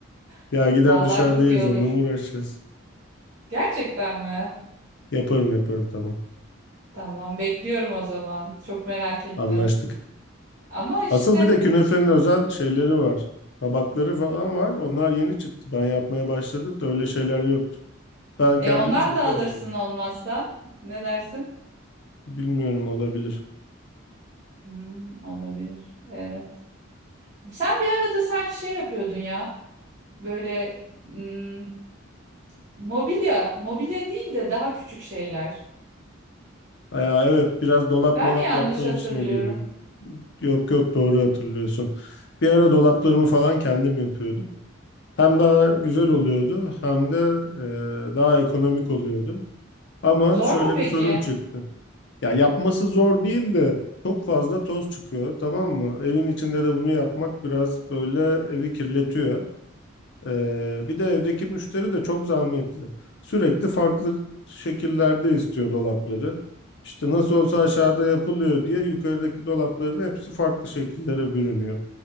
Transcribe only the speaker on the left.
Ya gider
dışarıda
yeriz
onunla mı uğraşacağız?
Yaparım yaparım tamam.
Anlaştık.
Asıl bir de künefenin özel şeyleri var. Tabakları falan var. Onlar yeni çıktı. Ben yapmaya başladım da öyle şeyler yoktu. Ben
kendim
şeyde
yapıyordum.
Bilmiyorum olabilir.
Ya evet biraz dolap
molap
yapma
işine girdim. Yok yok doğru hatırlıyorsun. Bir ara dolaplarımı falan kendim yapıyordum. Hem daha güzel oluyordu hem de e, daha ekonomik oluyordu. Ama
şöyle
bir sorun
çıktı. Ya yapması zor değil de çok fazla toz çıkıyor tamam mı? Evin içinde de bunu yapmak biraz böyle evi kirletiyor. Ee, bir de evdeki müşteri de çok zahmetli. Sürekli farklı şekillerde istiyor dolapları. İşte nasıl olsa aşağıda yapılıyor diye yukarıdaki dolapların hepsi farklı şekillere bürünüyor.